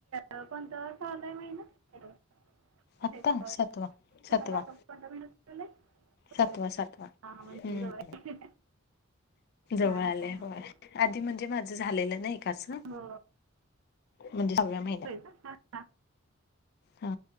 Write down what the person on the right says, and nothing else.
हा कोणता चालू आहे महिना? हॅलो येतोय
का आवाज?
तुम्हाला आता कोणता महिना चालू आहे?
होय
हां हां म्हणजे
जवळ आहे
हां
हां हां
हो
होय का हा.